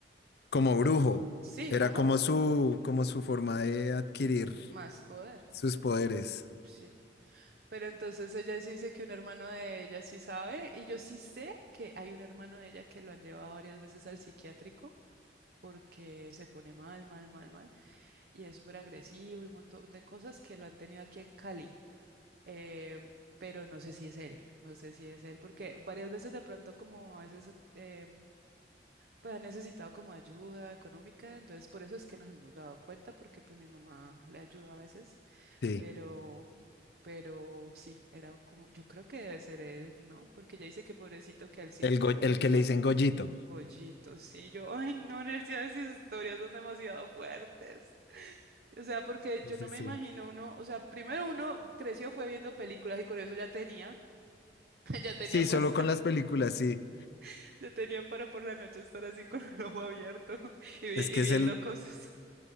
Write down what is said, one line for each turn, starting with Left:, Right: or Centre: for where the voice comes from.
Left: como
Right: Entonces,
Left: brujo.
Right: sí,
Left: Era
Right: ajá,
Left: como su, como su forma de adquirir
Right: más poder.
Left: sus poderes.
Right: sí. Pero entonces ella sí dice que un hermano de ella sí sabe, y yo sí sé que hay un hermano de ella que lo han llevado varias veces al psiquiátrico porque se pone mal, mal, mal, mal, y es súper agresivo y un montón de cosas que lo han tenido aquí en Cali. Eh, pero no sé si es él, no sé si es él, porque varias veces de pronto como a veces eh, pues ha necesitado como ayuda económica, entonces por eso es que nos hemos dado cuenta, porque pues mi mamá le ayuda a veces,
Left: Sí.
Right: pero... Pero sí, era como, yo creo que debe ser él, ¿no? Porque ya dice que pobrecito que él sí
Left: El,
Right: quedó
Left: go-
Right: como
Left: el que
Right: mal.
Left: le dicen Gollito.
Right: Gollito, sí, yo, <laughs> ay, no, Nercia, esas historias son demasiado fuertes. O sea, porque
Left: Sí,
Right: yo
Left: sí,
Right: no me
Left: sí.
Right: imagino uno, o sea, primero uno creció, fue viendo películas y con eso ya tenía, <laughs> ya tenía
Left: Sí,
Right: pues,
Left: solo con las películas, sí.
Right: <laughs> ya tenía para por la noche estar así con el ojo abierto <laughs> y, vi-
Left: Es que
Right: y viendo
Left: es el,
Right: cosas.